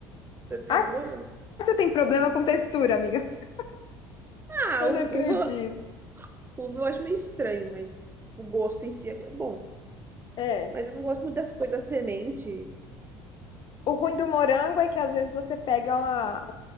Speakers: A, on the right (about 20°); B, on the left (about 45°).
A: Prefiro
B: Ah,
A: do morango.
B: você tem problema com textura, amiga. <laughs>
A: Ah,
B: Eu
A: u-
B: não acredito.
A: uva Uva eu acho meio estranho, mas o gosto em si é bom.
B: É.
A: Mas eu não gosto muito das coisas da semente.
B: O ruim do morango é que às vezes você pega uma,